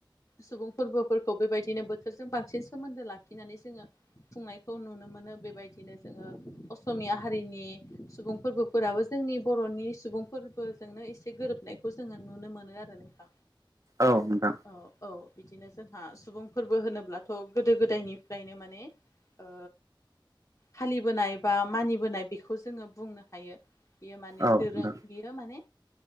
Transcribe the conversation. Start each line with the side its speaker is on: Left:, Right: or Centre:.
Left: सुबुं फोरबोफोरखौ बेबायदिनो बोथोरजों बांसिन सोमोनदो लाखिनानै जोङो खुंनायखौ नुनो मोनो मोनो बेबायदिनो जोङो असमिया हारिनि सुबुं फोरबोफोराबो जोंनि बर'नि सुबुं फोरबोजोंबो एसे गोरोबनायखौ जोङो नुनो मोनो आरो नोंथां
Right: औ नोंथां
Left: औ औ बिदिनो जोंहा सुबुंफोरबो होनोब्लाथ' गोदो गोदायनिफ्रायनो माने ओ फालिबोनाय बा मानिबोनाय बेखौ जोङो बुंनो हायो। बियो माने
Right: औ
Left: दोरों बियो माने